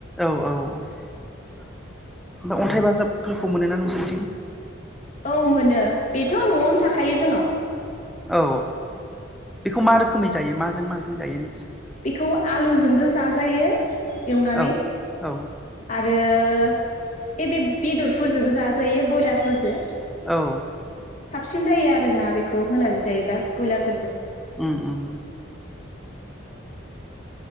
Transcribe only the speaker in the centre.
औ औ ओमफाय अन्थाइ बाजाबफोरखौ मोनोना नोंसोरथिं
औ बेखौ मा रोखोमै जायो माजों माजों जायो नोंसोर
औ औ
औ
ओम ओम